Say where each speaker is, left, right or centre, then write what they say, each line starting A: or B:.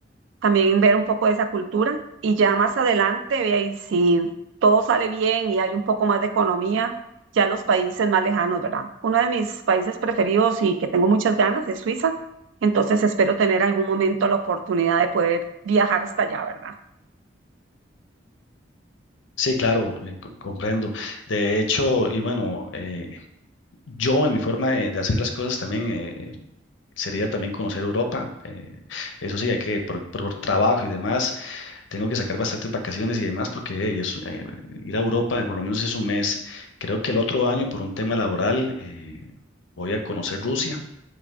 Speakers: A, on the right; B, on the left.
A: también ver un poco de esa cultura y ya más adelante, ve ahí, si todo sale bien y hay un poco más de economía, ya los países más lejanos, ¿verdad? Uno de mis países preferidos y que tengo muchas ganas es Suiza, entonces espero tener algún momento la oportunidad de poder viajar hasta allá, ¿verdad?
B: Sí, claro, eh, co- comprendo. De hecho, y bueno, eh, yo en mi forma de, de hacer las cosas también eh, eh, sería también conocer Europa. eh, eso sí, hay que por, por trabajo y demás Tengo que sacar bastantes vacaciones y demás porque hey, es, eh, ir a Europa eh, por lo menos es un mes. Creo que el otro año por un tema laboral eh, voy a conocer Rusia.